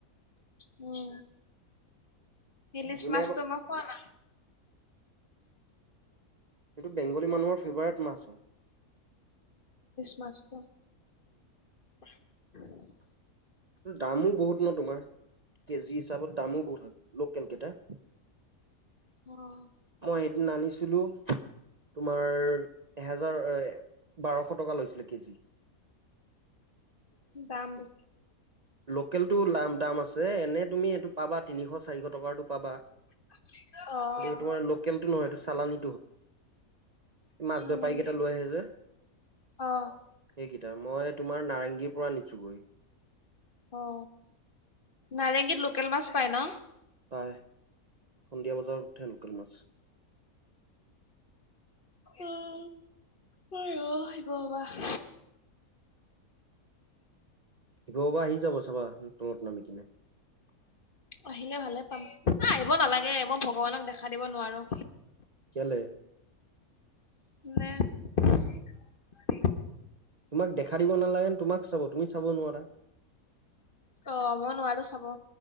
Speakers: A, on the left; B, on the right.
A: মই ইলিছ
B: যোনে
A: মীছতো মই ফোৱা না
B: সটো বেংগলী মানুহৰ ফেভাৰেট মাছো
A: মছ <unintelligible>
B: দামো বহুত ন তোমাৰ কেজি হিচাপত দামো বহুত হয় লোকেল কেইটা
A: অ, '
B: মই সেইদিন আনিছিলোঁ তোমাৰ এহেজাৰ বাৰশ টকা লৈছিলে কেজি
A: যাম বিি
B: লোকেলতটো লাম দাম আছে এনে তুমি এইটো পাবা তিনিশ চাৰিশ টকাটো পাবা
A: অ',।
B: তোমাৰ লোকেলটো নহয় এইটো চালানী মাছ
A: উম,
B: বেপাৰীকেইটা লৈ আহে যে
A: অ'
B: এইকেইটা মই তোমাৰ নাৰেংগীৰ পৰা আনিছোঁগৈ।
A: অ' নাৰেংগীত লোকেল মাছ পায় ন?
B: পাই সন্ধিয়া বজাৰত উঠে লোকেল মাছ
A: উম, মোৰ ৰ আহিব বাা <inaudible>
B: শিৱ বাবা আহি যাব চাবা তলত নামি কিনে
A: আহিলে ভালে পাম আহিব নালাগে মই ভগৱানক দেখা দিব নোৱাৰো।
B: কেলে?
A: ন <unintelligible>
B: তোমাক দেখা দিব নালাগেন তোমাক চাব তুমি চাব নোৱাৰা
A: অ, ' মই নোৱাৰো চাব।